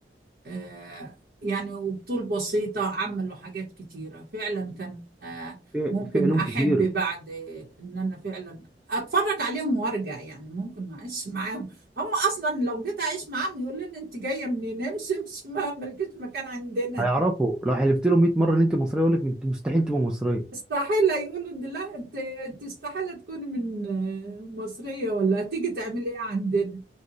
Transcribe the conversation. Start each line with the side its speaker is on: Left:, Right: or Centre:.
Right: آه، يعني وبطول بسيطة عملوا حاجات كتيرة فعلا كان آه،
Centre: في
Right: ممكن
Centre: في علوم
Right: أحب
Centre: كتير
Right: بعد إن أنا فعلا أتفرج عليهم وأرجع يعني ممكن ما أعيش معاهم هم أصلا لو جيت أعيش معاهم يقول لنا أنت جاية منين امشي امشي ما ملكيش مكان عندنا
Centre: هيعرفوا لو حلفت لهم 100 مره ان انت مصريه يقول لك انت مستحيل تبقى مصريه
Right: استحالة يقولوا ده لا أنت أنت استحالة تكوني من آه، مصرية ولا هتيجي تعملي إيه عندنا